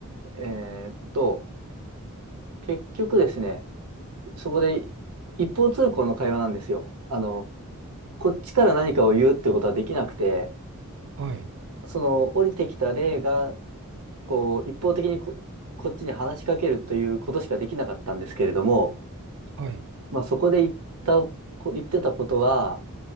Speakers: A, on the right; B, on the right.
A: えーっと、結局ですね、そこで一方通行の会話なんですよ。あの、こっちから何かを言うってことはできなくて、
B: はい、
A: その降りてきた霊が、こう、一方的にこ、こっちに話しかけるということしかできなかったんですけれども、
B: はい、
A: まあそこで言った、こ言ってたことは、